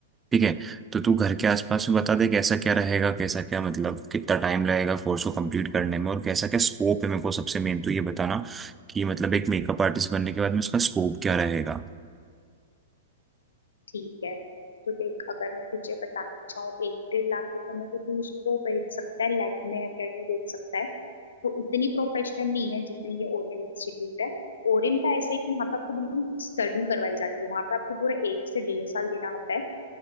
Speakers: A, on the right; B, on the left.
A: ठीक है तो तू घर के आसपास में बता दे कैसा क्या रहेगा कैसा क्या मतलब कितना टाइम लगेगा कोर्स को कंप्लीट करने में और कैसा क्या स्कोप है मेरे को सबसे मेन तो ये बताना कि मतलब एक मेकअप आर्टिस्ट बनने के बाद में उसका स्कोप क्या रहेगा
B: ठीक है तो देख अगर मैं तुझे बताना चाहूँ एक डेढ़ लाख रुपए में तो तू उसको बेच सकता है लैब में अकेडमी बेच सकता है वो इतनी प्रोफेशनल नहीं है जितनी ये ओरियन इंस्टीट्यूट है ओरियन का ऐसा है कि वहाँ पे आपको बिल्कुल स्टडी करवाई जाती है वहाँ पे आपको पूरा एक से डेढ़ साल देना होता है